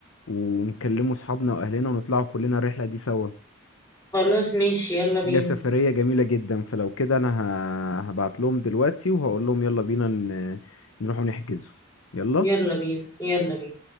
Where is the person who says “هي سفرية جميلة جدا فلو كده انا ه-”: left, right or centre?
Left